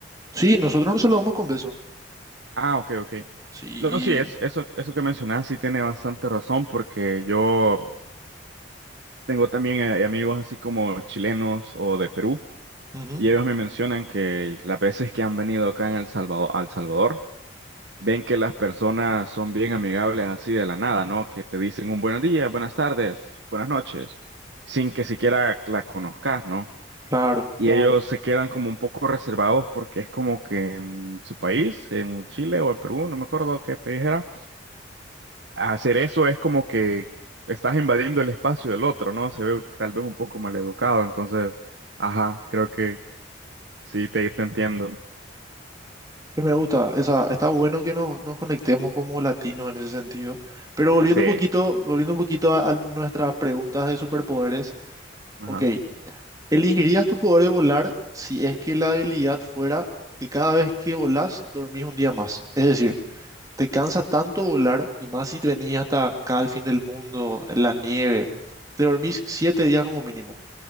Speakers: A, on the right; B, on the right.
A: Sí, nosotros nos saludamos con beso.
B: Ah, ok, ok.
A: Sí,
B: No, sí, es, eso, eso que mencionas sí tiene bastante razón porque yo tengo también eh, amigos así como chilenos o de Perú
A: ujú,
B: y ellos me mencionan que las veces que han venido acá en El Salvador, al Salvador ven que las personas son bien amigables así de la nada, ¿no? Que te dicen un buenos días, buenas tardes, buenas noches, sin que siquiera la conozcas, ¿no?
A: claro.
B: Y Claro. ellos se quedan como un poco reservados porque es como que en su país, en Chile o en Perú, no me acuerdo qué país era, hacer eso es como que estás invadiendo el espacio del otro, ¿no? Se ve tal vez un poco maleducado, entonces, ajá, creo que sí, te, te entiendo.
A: Pero Me gusta, esa, está bueno que nos, nos conectemos como latinos en ese sentido. Pero volviendo
B: Sí,
A: un poquito, volviendo un poquito a, a nuestras preguntas de superpoderes,
B: ajá.
A: ok, ¿elegirías tu poder de volar si es que la habilidad fuera que cada vez que volás dormís un día más? Es decir, te cansa tanto volar y más si te venís hasta acá al fin del mundo, en la nieve, te dormís siete días como mínimo.